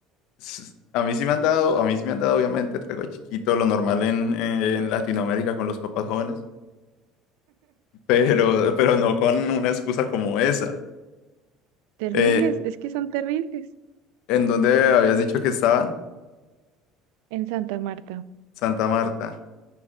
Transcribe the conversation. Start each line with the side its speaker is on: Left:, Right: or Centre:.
Left: s- a mí sí me han dado, a mí sí me han dado obviamente trago chiquito, lo normal en, eh, en Latinoamérica con los papás jóvenes, <laughs> pero, pero no con una excusa como esa.
Right: Terribles,
Left: Eh,
Right: es que son terribles
Left: ¿en dónde habías dicho que estaban?
Right: en Santa Marta.
Left: Santa Marta.